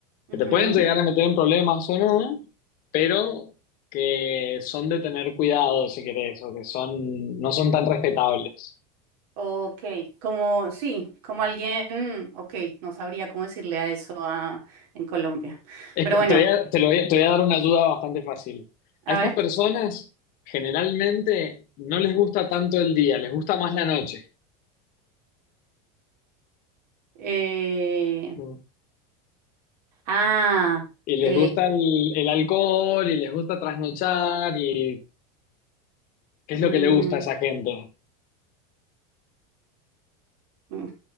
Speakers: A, on the right; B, on the left.
A: Ujú.
B: que te pueden llegar a meter en problemas o no, pero que son de tener cuidado, si querés, o que son, no son tan respetables.
A: Ok, como sí, como alguien, ok, no sabría cómo decirle a eso a- en Colombia.
B: Es
A: Pero
B: que
A: bueno,
B: te voy a, te lo voy a- te voy a dar una ayuda bastante fácil.
A: a
B: A estas
A: ver.
B: personas generalmente no les gusta tanto el día, les gusta más la noche.
A: eh,
B: Mm.
A: ah,
B: Y les
A: eh,
B: gusta el, el alcohol y les gusta trasnochar y ¿qué
A: mm,
B: es lo que le gusta a esa gente?
A: mm,